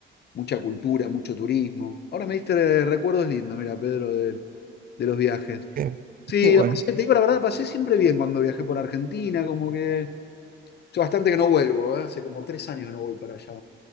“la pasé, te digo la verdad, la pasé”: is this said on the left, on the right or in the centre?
Left